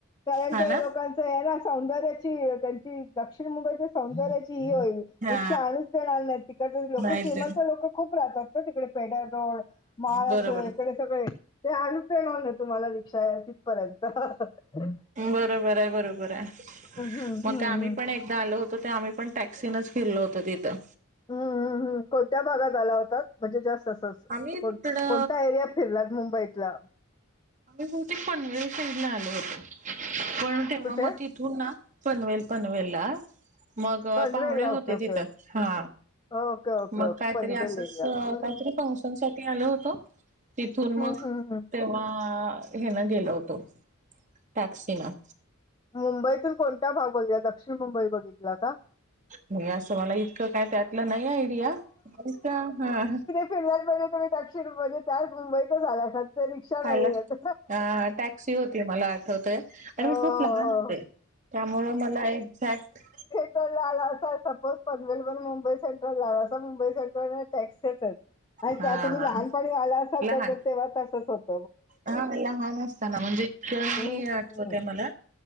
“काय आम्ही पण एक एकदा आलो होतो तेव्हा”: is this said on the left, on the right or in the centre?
Right